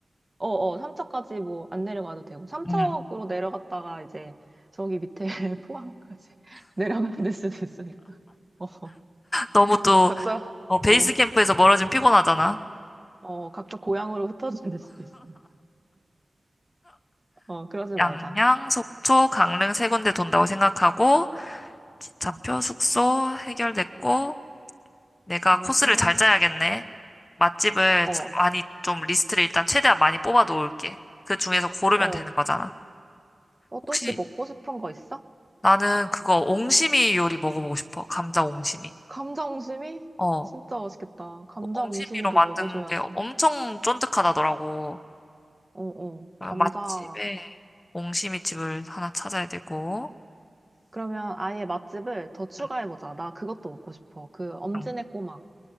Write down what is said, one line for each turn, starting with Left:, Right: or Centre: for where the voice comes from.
Right: 어어, 3척까지 뭐 안 내려가도 되고, 3으로
Left: 음
Right: 내려갔다가 이제 저기 밑에 <laughs> 포항까지 <laughs> 내려가야 될 수도 있으니까. 어, 어.
Left: 너무 또
Right: 각자,
Left: 어, 베이스
Right: 어,
Left: 캠프에서 멀어지면 피곤하잖아.
Right: 어, 각자 고향으로 흩어져야 될 수도 있어. 어, 그러지 말자.
Left: 양양, 속초, 강릉 세 군데 돈다고 생각하고 기차표,
Right: 어,
Left: 숙소 해결됐고. 내가
Right: 그리고,
Left: 코스를 잘 짜야겠네. 맛집을
Right: 어,
Left: 좀 많이 좀 리스트를 일단 최대한 많이 뽑아 놓을게. 그 중에서 고르면
Right: 어,
Left: 되는 거잖아.
Right: 어,
Left: 혹시
Right: 또 혹시 먹고 싶은 거 있어?
Left: 나는 그거 옹심이 요리 먹어보고 싶어. 감자 옹심이.
Right: 감자 옹심이?
Left: 어,
Right: 진짜 맛있겠다. 감자
Left: 그 옹심이로
Right: 옹심이도
Left: 만든
Right: 먹어줘야지.
Left: 게 엄청 쫀득하다더라고.
Right: 어, 어,
Left: 그
Right: 감자.
Left: 맛집에 옹심이 집을 하나 찾아야 되고.
Right: 그러면 아예 맛집을 더 추가해보자.
Left: 응.
Right: 나 그것도 먹고 싶어. 그 엄지네
Left: 응.
Right: 꼬막.